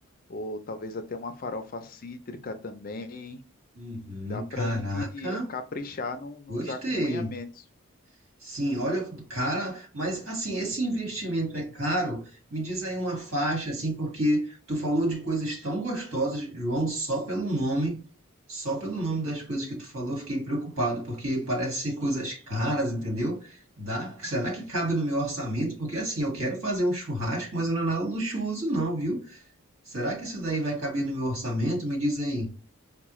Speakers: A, on the left; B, on the right.
A: ou talvez até uma farofa cítrica também.
B: uhum,
A: Dá para
B: caraca,
A: a gente caprichar no- nos
B: gostei.
A: acompanhamentos.
B: Sim, olha, cara, mas assim, esse investimento é caro? Me diz aí uma faixa, assim, porque tu falou de coisas tão gostosas, João, só pelo nome, só pelo nome das coisas que tu falou, eu fiquei preocupado, porque parece ser coisas caras, entendeu? Dá, será que cabe no meu orçamento? Porque assim, eu quero fazer um churrasco, mas não é nada luxuoso, não, viu? Será que isso daí vai caber no meu orçamento? Me diz aí.